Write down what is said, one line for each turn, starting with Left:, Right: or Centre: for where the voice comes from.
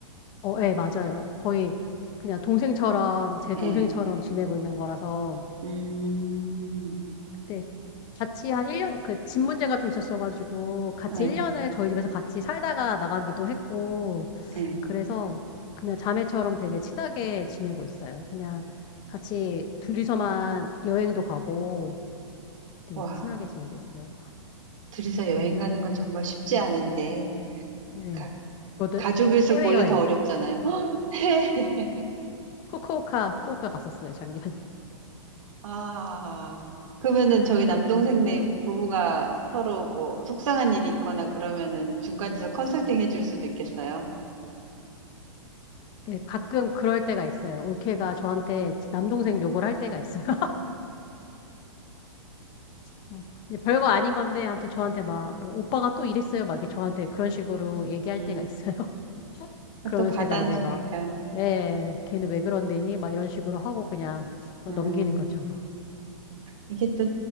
Left: 어, 예, 맞아요. 거의 그냥 동생처럼, 제
Right: 예.
Left: 동생처럼 지내고 있는 거라서,
Right: 음,
Left: 그때 같이 한 1년, 그 집 문제가 좀 있었어가지고, 같이
Right: 예,
Left: 1년을 저희 집에서 같이 살다가 나가기도 했고,
Right: 예.
Left: 그래서 그냥 자매처럼 되게 친하게 지내고 있어요. 그냥 같이 둘이서만 여행도 가고, 되게
Right: 와,
Left: 친하게 지내고 있어요.
Right: 둘이서 여행 가는 건 정말 쉽지 않은데.
Left: 네.
Right: 가,
Left: 그것도
Right: 가족일수록
Left: 해외여행,
Right: 원래 더 어렵잖아요. <gasps>
Left: 후쿠오카, 후쿠오카 갔었어요, 작년에.
Right: 아, 그러면은 저기 남동생네 부부가 서로 뭐 속상한 일이 있거나 그러면은 중간에서 컨설팅 해줄 수도 있겠어요.
Left: 예, 가끔 그럴 때가 있어요. 올케가 저한테 제 남동생 욕을 할 때가 있어요. <laughs> 뭐, 이제 별거 아닌 건데, 아무튼 저한테 막, 뭐, 오빠가 또 이랬어요. 막 이렇게 저한테 그런 식으로 얘기할
Right: 음,
Left: 때가 있어요. <laughs> 그러면
Right: 또 받아주니까.
Left: 제가 이제 막, 예, 걔는 왜 그런데니? 막 이런 식으로 하고 그냥 뭐
Right: 음,
Left: 넘기는 거죠, 뭐.
Right: 이게 또,